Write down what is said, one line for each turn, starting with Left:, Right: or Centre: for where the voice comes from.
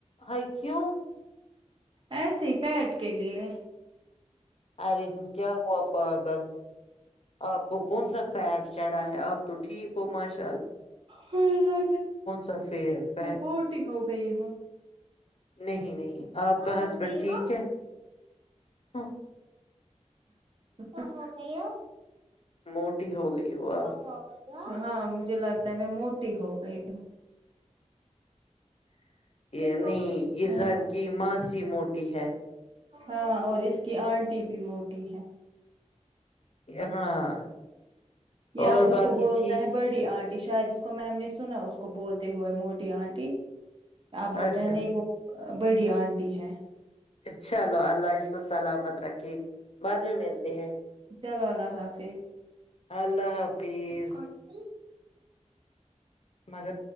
Left: آکوں
Right: ایسے فیٹ کے لیئے
Left: ارے کیا ہوا پاگل آپ کو کون سا فیٹ چڑھا ہے آپ تو ٹھیک ہو ماشر
Right: ملا
Left: سا فی- فیٹ
Right: میں بوٹی ہو گئی ہوں
Left: نہیں نہیں اپ کا
Right: ہو
Left: ہسبینڈ
Right: گئی
Left: ٹھیک
Right: ہو
Left: ہے ھم
Right: ا گیا
Left: موٹی ہو گئی ہو اپ
Right: تو گئی ہاں مجھے لگتا ہے میں موٹی ہو گئی ہوں
Left: <inaudible>
Right: یہ
Left: یعنی
Right: ہو گئی
Left: انسان
Right: ہاں
Left: کی جی موٹی ہے
Right: ہاں اور اس کی انٹی بھی موٹی ہے
Left: ہاں
Right: کہ
Left: اور
Right: اپ اس
Left: باقی
Right: کو بولتے
Left: ٹھیک
Right: ہیں بڑی ان یہ شاید اس کو میں ہم نے سنا اس کو بولتے ہوئے موٹی انٹی اپ بولتے
Left: اچھا
Right: ہیں نہیں وہ بڈی انٹی ہے
Left: اچھا لو اللہ اس کو سلامت رکھے بعد میں ملتے ہیں
Right: چلو اللہ حافظ
Left: اللہ حافظ تیز
Right: کون سی
Left: مگر